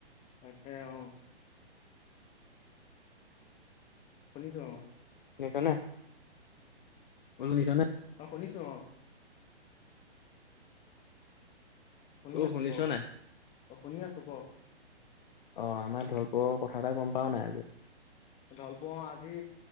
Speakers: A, on the left (about 20°); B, on the left (about 50°).
A: তাকে অহ'। শুনিছো অ'।
B: শুনিছা নে? বোলো শুনিছা নে?
A: অ' শুনিছো অ'। শুনি
B: অ
A: আছোঁ
B: শুনিছ
A: ক।
B: নাই
A: অ' শুনি আছোঁ ক।
B: অহ' আমাৰ ঢলপুৰৰ কথা এটা গম পাৱ নাই আজি?
A: ঢলপুৰৰ আজি,